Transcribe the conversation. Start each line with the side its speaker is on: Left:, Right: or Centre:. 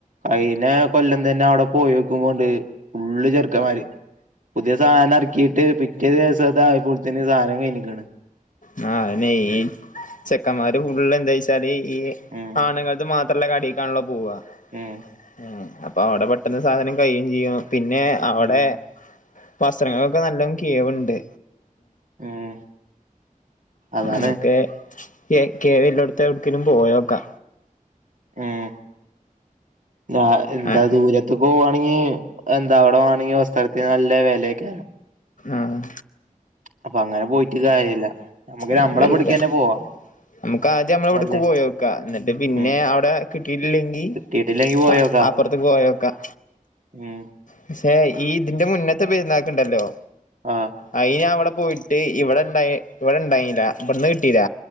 Right: കഴിഞ്ഞ കൊല്ലം തന്നെ അവിടെ പോയി നോക്കുമ്പോണ്ട് ഫുള്ള് ചെറുക്കന്മാര്. പുതിയ സാധനം ഇറക്കിയിട്ട് പിറ്റേ ദിവസം ഇതായപ്പോത്തിന് സാധനം കഴിഞ്ഞിക്ക്‌ണ്.
Left: ഹ് അതന്നേയ് ഈ ചെക്കന്മാര് ഫുള് എന്താച്ചാല് ഈ
Right: ഉം
Left: ആണുങ്ങൾത് മാത്ര ത്രള്ള കടിക്കാണള്ളോ പോവാ
Right: ഉം
Left: ഉം അപ്പൊ അവിടെ പെട്ടന്ന് സാധനം കഴിയും ചെയ്യും. പിന്നെ അവിടെ
Right: ഉം
Left: വസ്ത്രങ്ങൾക്കെ നല്ലം കിഴിവുണ്ട്.
Right: ഉം അതാണ്
Left: നമുക്ക് കേ കേവില്ലടുത്ത് എവിടക്കലും പോയി നോക്കാ
Right: ഏഹ് ഞാ എന്താ
Left: ആഹ്
Right: ദൂരത്ത് അതിപ്പോ പോകുകവാണെങ്കിൽ എന്താവിടെ വാണെങ്കിൽ വസ്ത്രത്തിന് നല്ല വെല ആക്കാരം.
Left: ആഹ്
Right: അപ്പൊ അങ്ങനെ പോയിട്ട് കാര്യമില്ല. നമുക്ക്
Left: അങ്ങനൊരിതാ
Right: നമ്മളെ ഇബിടിക്ക്‌ തന്നെ പോവാ.
Left: നമുക്ക് ആദ്യം നമ്മളെ ഇവിടക്ക്
Right: നല്ലേ
Left: പോയി നോക്ക എന്നിട്ട് പിന്നെ
Right: ഉം
Left: അവിടെ കിട്ടിയിട്ടില്ലെങ്കിൽ.
Right: കിട്ടിയിട്ടില്ലെങ്കി പോയോക്കാ
Left: ആ അപ്പറത്ത്ക്ക് പോയോക്കാം.
Right: ഉം
Left: പഷേ ഈ ഇതിന്റെ മുന്നത്തെ പെരുന്നാക്ക്ണ്ടല്ലോ
Right: ആ.
Left: ആയിന് അവിടെ പോയിട്ട് ഇവിടെ ഇണ്ടായി ഇവിടെ ഇണ്ടായിനിലാ ഇവിടെന്ന് കിട്ടീല